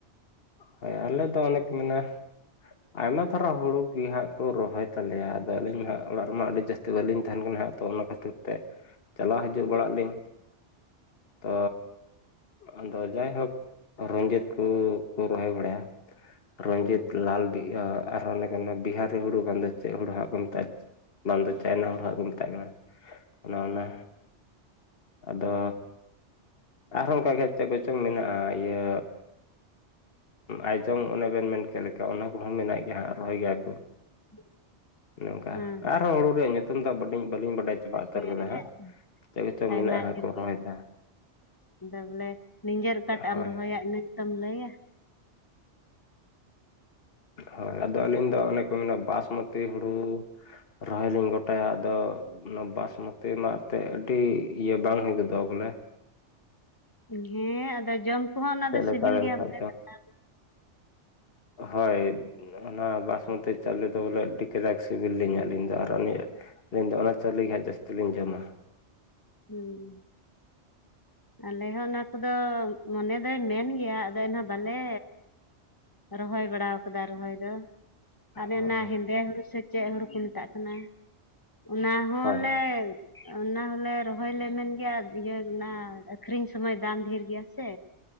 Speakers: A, on the left; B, on the left.
A: ᱦᱳᱭ ᱟᱞᱮ ᱫᱚ ᱚᱱᱮᱠ ᱢᱮᱱᱟᱜᱼᱟ ᱟᱭᱢᱟ ᱫᱷᱟᱨᱟ ᱦᱩᱲᱩ ᱜᱤ ᱦᱟᱸᱜ ᱠᱚ ᱨᱚᱦᱚᱭ ᱛᱟᱞᱮᱭᱟ ᱟᱫᱚ ᱟᱹᱞᱤᱧ ᱢᱟ ᱦᱟᱸᱜ ᱚᱲᱟᱜ ᱨᱮᱢᱟ ᱟᱹᱰᱤ ᱡᱟᱹᱥᱛᱤ ᱛᱮ ᱵᱟᱹᱞᱤᱧ ᱛᱟᱦᱮᱱ ᱠᱟᱱᱟ ᱦᱟᱸᱜ ᱛᱚ ᱚᱱᱟ ᱠᱷᱟᱹᱛᱤᱨ ᱛᱮ ᱪᱟᱞᱟᱣ ᱦᱤᱡᱩᱜ ᱵᱟᱲᱟᱜ ᱞᱤᱧ ᱛᱚ ᱟᱫᱚ ᱡᱟᱭᱦᱳᱠ <unintelligible> ᱠᱚ ᱠᱚ ᱨᱚᱦᱚᱭ ᱵᱟᱲᱟᱭᱟ ᱨᱚᱡᱤᱛ ᱞᱟᱞ ᱵᱤ ᱟᱨ ᱚᱱᱮ ᱵᱤᱦᱟᱨᱤ ᱦᱩᱲᱩ ᱵᱟᱝ ᱫᱚ ᱪᱮᱫ ᱦᱩᱲᱩ ᱦᱟᱸᱜ ᱠᱚ ᱢᱮᱛᱟᱜᱼᱟ ᱵᱟᱝ ᱫᱚ ᱪᱟᱭᱱᱟ ᱦᱚᱲᱚ ᱦᱟᱸᱜ ᱠᱚ ᱢᱮᱛᱟᱜ ᱠᱟᱱᱟ ᱚᱱᱮ ᱚᱱᱟ ᱟᱫᱚ ᱟᱨᱦᱚᱸ ᱚᱱᱠᱟ ᱜᱮ ᱪᱮᱫ ᱠᱚᱪᱚᱝ ᱢᱮᱱᱟᱜᱼᱟ ᱤᱭᱟᱹ ᱟᱭᱡᱚᱝ ᱚᱱᱮ ᱵᱮᱱ ᱢᱮᱱ ᱠᱮᱫ ᱞᱮᱠᱟ ᱚᱱᱟ ᱠᱚᱦᱚᱸ ᱢᱮᱱᱟᱜ ᱜᱮᱭᱟ ᱦᱟᱸᱜ ᱨᱚᱦᱚᱭ ᱜᱮᱭᱟ ᱠᱚ
B: <unintelligible>
A: ᱱᱚᱝᱠᱟ
B: ᱦᱮᱸ
A: ᱟᱨᱦᱚᱸ ᱦᱩᱲᱩ ᱨᱮᱭᱟᱜ ᱧᱩᱛᱩᱢ ᱫᱚ ᱵᱟᱹᱞᱤᱧ ᱵᱟᱹᱞᱤᱧ ᱵᱟᱰᱟᱭᱟᱪᱮᱫᱟᱜ ᱥᱮ
B: ᱦᱮᱸ
A: ᱟᱹᱞᱤᱧ ᱫᱚ ᱦᱟᱸᱜ ᱡᱤᱛ ᱜᱮᱛᱚᱝ
B: ᱟᱭᱢᱟ
A: ᱢᱮᱱᱟᱜᱼᱟ ᱦᱟᱸᱜ
B: ᱰᱷᱮᱨ
A: ᱠᱚ
B: ᱜᱮ
A: ᱨᱚᱦᱚᱭᱮᱫᱟ
B: ᱟᱫᱚ ᱵᱚᱞᱮ ᱱᱤᱡᱮᱨ ᱚᱠᱟᱴᱟᱜ
A: ᱦᱳᱭ
B: ᱮᱢ ᱨᱚᱦᱚᱭᱟ ᱤᱱᱟᱹᱜᱮᱛᱚᱢ ᱞᱟᱹᱭᱟ
A: ᱦᱳᱭ ᱟᱫᱚ ᱟᱹᱞᱤᱧ ᱫᱚ ᱚᱱᱮᱠ ᱠᱚ ᱢᱮᱱᱟᱜ ᱵᱟᱥᱢᱚᱛᱤ ᱦᱩᱲᱩ ᱨᱚᱦᱚᱭ ᱞᱤᱧ ᱜᱚᱴᱟᱭᱟ ᱟᱫᱚ ᱚᱱᱟ ᱵᱟᱥᱢᱚᱛᱤ ᱚᱱᱟᱜ ᱛᱮ ᱟᱹᱰᱤ ᱤᱭᱟᱹ ᱵᱟᱝ ᱦᱩᱭ ᱜᱚᱫᱚᱜᱼᱟ ᱵᱚᱞᱮ
B: ᱦᱮᱸ ᱟᱫᱚ ᱡᱚᱢ ᱠᱚᱦᱚᱸ ᱚᱱᱟ
A: ᱪᱮᱫ
B: ᱫᱚ ᱥᱤᱵᱤᱞ
A: ᱞᱮᱠᱟ ᱞᱮᱱᱠᱷᱟᱡ
B: ᱜᱮᱭᱟ ᱵᱚᱞᱮ ᱠᱟᱛᱷᱟ
A: ᱦᱚᱭ ᱚᱱᱟ ᱵᱟᱥᱢᱚᱛᱤ ᱪᱟᱣᱞᱮ ᱫᱚ ᱵᱚᱞᱮ ᱟᱹᱰᱤ ᱠᱟᱡᱟᱠ ᱥᱤᱵᱤᱞ ᱞᱤᱧᱟᱹ ᱟᱹᱞᱤᱧ ᱫᱚ ᱟᱨ ᱚᱱᱮ ᱟᱹᱞᱤᱧ ᱫᱚ ᱚᱱᱟᱛᱮ ᱞᱟᱹᱭ ᱠᱷᱟᱱᱡ ᱡᱟᱭᱹᱥᱛᱤ ᱞᱤᱧ ᱡᱚᱢᱟ
B: ᱦᱩᱸ ᱾ ᱟᱞᱮ ᱦᱚᱸ ᱚᱱᱟ ᱠᱚᱫᱚ ᱢᱚᱱᱮ ᱫᱚᱭ ᱢᱮᱱ ᱜᱮᱭᱟ ᱟᱫᱚ ᱮᱱᱦᱚᱸ ᱵᱟᱞᱮ ᱨᱚᱦᱚᱭ ᱵᱟᱲᱟ ᱟᱠᱟᱫᱟ ᱨᱚᱦᱚᱭ ᱫᱚ ᱾ ᱚᱱᱮ
A: ᱦᱳᱭ
B: ᱚᱱᱟ ᱦᱮᱸᱫᱮ ᱦᱩᱲᱩ ᱥᱮ ᱪᱮᱫ ᱦᱩᱲᱩ ᱠᱚ ᱢᱮᱛᱟᱜ ᱠᱟᱱᱟ? ᱚᱱᱟ ᱦᱚᱸᱞᱮᱼ
A: ᱦᱳᱭ
B: ᱚᱱᱟ ᱦᱚᱸᱞᱮ ᱨᱚᱦᱚᱭ ᱞᱮ ᱢᱮᱱ ᱜᱮᱭᱟ ᱤᱭᱟᱹ ᱚᱱᱟ ᱟᱹᱠᱷᱨᱤᱧ ᱥᱚᱢᱚᱭ ᱫᱟᱢ ᱰᱷᱮᱨ ᱜᱮᱭᱟ ᱥᱮ